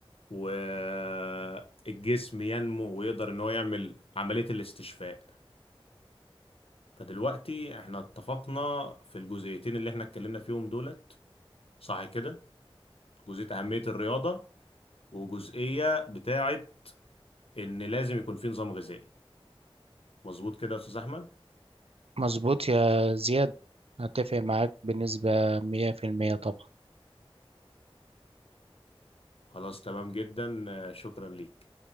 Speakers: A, on the left; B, on the right.
A: والجسم ينمو ويقدر ان هو يعمل عملية الاستشفاء فدلوقتي احنا اتفقنا في الجزئيتين اللي احنا اتكلمنا فيهم دولت صح كده جزئية أهمية الرياضة وجزئية بتاعة ان لازم يكون في نظام غذائي مظبوط كده يا استاذ احمد
B: مظبوط يا زياد هتفق معاك بنسبة مية في المية طبعا
A: خلاص تمام جدا آه، شكرا ليك